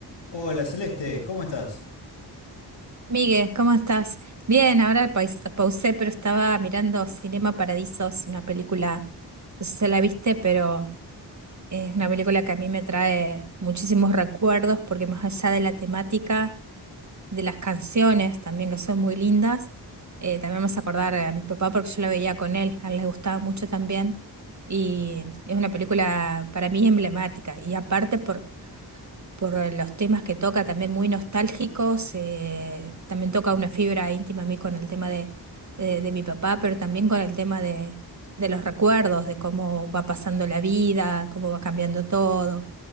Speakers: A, on the left (about 80°); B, on the right (about 40°).
A: Hola Celeste, ¿cómo estás?
B: Miguel, ¿cómo estás? Bien, ahora pais- pausé, pero estaba mirando Cinema Paradisos, una película, no sé si la viste, pero es una película que a mí me trae muchísimos recuerdos, porque más allá de la temática, de las canciones también, que son muy lindas, eh, también me hace acordar a mi papá, porque yo la veía con él, a él le gustaba mucho también, y es una película para mí emblemática, y aparte por por eh, los temas que toca, también muy nostálgicos. eh, también toca una fibra íntima a mí con el tema de, de- de mi papá, pero también con el tema de, de los recuerdos, de cómo va pasando la vida, cómo va cambiando todo.